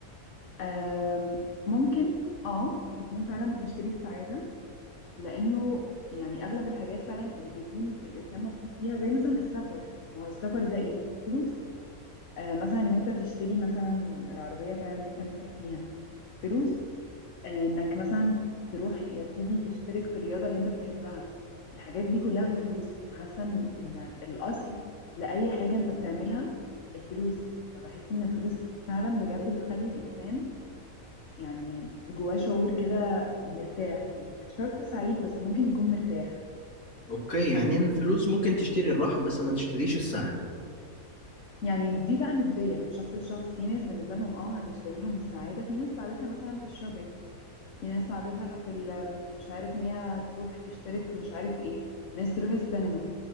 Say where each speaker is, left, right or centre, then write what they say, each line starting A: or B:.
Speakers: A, on the left (about 60°); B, on the left (about 80°).
A: أم ممكن اه تكون فعلا بتشتري السعادة لانه يعني اغلب الحاجات فعلا اللي بيكون الانسان مبسوط فيها زي مثلا السفر ما هو السفر ده ايه فلوس آه، مثلا ان انت تشتري مثلا العربية فعلا اللي انت نفسك فيها فلوس آه، انك مثلا تروح يا سيدي تشترك في الرياضة اللي انت بتحبها الحاجات دي كلها بفلوس فحاسة ان إن الاصل لأي حاجة انت بتعملها الفلوس فبحس ان الفلوس فعلا بجد بتخلي الانسان يعني جواه شعور كده مرتاح يعني مش شرط سعيد بس ممكن يكون مرتاح
B: اوكي يعني الفلوس ممكن تشتري الراحة بس ما تشتريش السعادة
A: يعني دي بقى نسبية من شخص لشخص في ناس بالنسبة لهم اه هتشتري لهم السعادة في ناس سعادتها مثلا في الشوبينج في ناس عادتها في ال- مش عارف ان هي تروح تشترك في مش عارف ايه ناس تروح السينما